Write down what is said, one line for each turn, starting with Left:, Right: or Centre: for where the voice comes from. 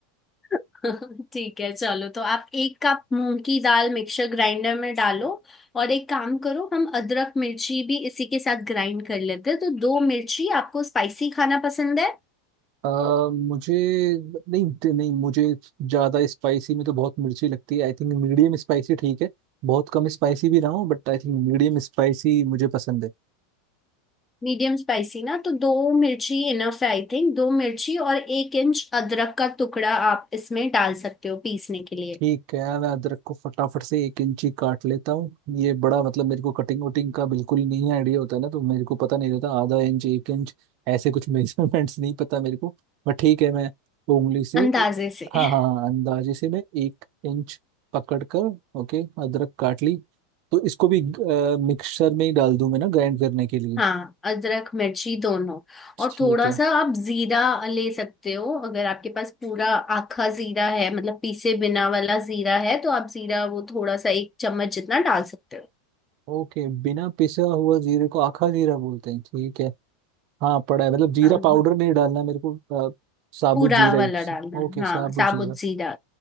Left: <laughs> ठीक है चलो तो आप एक कप मूंग की दाल मिक्सर ग्राइंडर में डालो और एक काम करो हम अदरक मिर्ची भी इसी के साथ ग्राइंड कर लेते हैं तो दो मिर्ची आपको स्पाइसी खाना पसंद है
Right: अ, मुझे नहीं नहीं मुझे ज्यादा स्पाइसी में तो बहुत मिर्ची लगती है आई थिंक मीडियम स्पाइसी ठीक है बहुत कम स्पाइसी भी ना हो but I think medium spicy मुझे पसंद है
Left: मीडियम स्पाइसी ना तो दो मिर्ची इनफ है आई थिंक दो मिर्ची और एक इंच अदरक का टुकड़ा आप इसमें डाल सकते हो पीसने के लिए
Right: ठीक है मैं अदरक को फटाफट से एक इंची काट लेता हूँ ये बड़ा मतलब मेरे को कटिंग वटिंग का बिल्कुल नहीं आइडिया होता है ना तो मेरे को पता नहीं रहता आधा इंच एक इंच ऐसे कुछ <laughs> मेजरमेंट्स नहीं पता मेरे को बट ठीक है मैं उंगली से
Left: अंदाजे से
Right: हाँ
Left: <laughs>
Right: हाँ हाँ, अंदाजे से मैं एक इंच पकड़ कर ओके अदरक काट ली तो इसको भी मिक्सर में ही डाल दूँ मैं ना ग्राइंड करने के लिए
Left: हाँ अदरक मिर्ची दोनों
Right: ठीक
Left: और थोड़ा
Right: है
Left: सा आप जीरा ले सकते हो अगर आपके पास पूरा आखा जीरा है मतलब पीसे बिना वाला जीरा है तो आप जीरा वो थोड़ा सा एक चम्मच जितना डाल सकते हो
Right: ओके बिना पिसा हुआ जीरे को आखा जीरा बोलते हैं ठीक है हाँ पड़ा है मतलब जीरा
Left: अम,
Right: पाउडर नहीं डालना मेरे को अ, साबुत
Left: पूरा
Right: जीरा
Left: वाला
Right: ही
Left: डालना
Right: ओके
Left: है
Right: साबुत
Left: हाँ साबुत
Right: जीरा
Left: जीरा